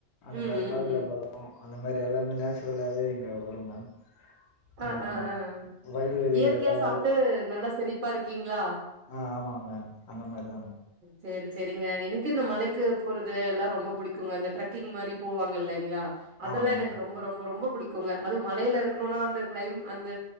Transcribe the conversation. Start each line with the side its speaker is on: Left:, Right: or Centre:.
Left: அந்த
Right: ம்
Left: மாரி
Right: ம்
Left: மாதுளம்
Right: ம் ம்
Left: பழோ அ அந்த மாரி எல்லாமே நேச்சுரலாவே இங்க வரு மேம்
Right: அ
Left: ஆ
Right: அ அ
Left: வயல்வெளிகள்
Right: இயற்கையா
Left: எல்லாமே
Right: சாப்ட்டு நல்லா செழிப்பா இருக்கீங்ளா
Left: அ ஆமாங் மேம் அந்த மாரி தா மே
Right: சேரி சேரிங்க எனக்கு இந்த மலைக்கு போறது எல்லா ரொம்ப புடிக்குங்க அந்த டிரெக்கிங் மாரி போவாங்க இல்லைங்ளா அதெல்லா
Left: ஆமாங்க
Right: எனக்கு
Left: மேம்
Right: ரொம்ப ரொம்ப ரொம்ப புடிக் குங்க அது மலைல இருக்கணுனா அந்த கிளைம் அந்த